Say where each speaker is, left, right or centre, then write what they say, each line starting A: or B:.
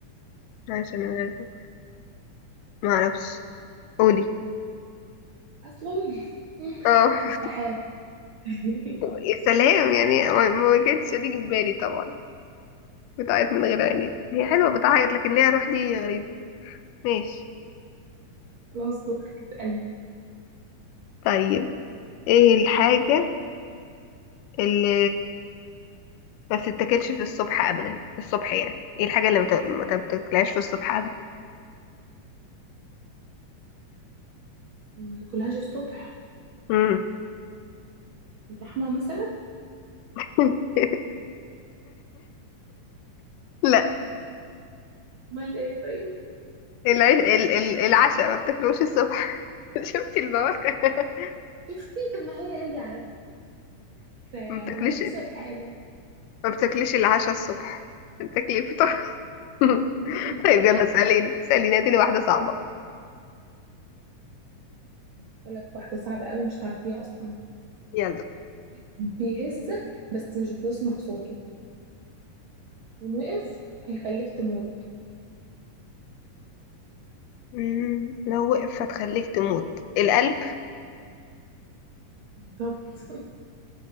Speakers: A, on the left; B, on the right.
A: عايشة من غير روح معرفش قولي
B: اصلا <laughs>
A: اه <laughs>
B: السحاب <laughs>
A: يا سلام يعني ما ما كانتش هتيجي في بالي طبعا بتعيط من غير عينين هي حلوة بتعيط لكن ليها روح دي غريبة ماشي
B: خلاص دورك اسألي
A: طيب ايه الحاجة اللي ما بتتاكلش في الصبح ابدا في الصبح يعني ايه الحاجة اللي ما بت- ما بتاكلهاش في الصبح ابدا
B: ماكلهاش الصبح
A: مم.
B: اللحمة مثلا
A: <laughs> لا
B: امال ايه طيب
A: العيش ال- ال- العشاء ما بتاكلوش الصبح <laughs> شفتي البواكة <laughs>
B: شفتي طب ما هي هي على يعني
A: ما بتاكليش
B: نفس الحاجة
A: ما بتاكليش العشاء الصبح بتاكلي الفطار <laughs>
B: <laughs>
A: طيب يلا اسأليني اسأليني هاتيلي واحدة صعبة
B: بقول لك واحدة صعبة قوي مش تعرفيها أصلا
A: يلا
B: بيهزك بس مش بتسمع صوته وإن وقف هيخليك تموت
A: مم. لو وقفت هتخليك تموت القلب
B: بالظبط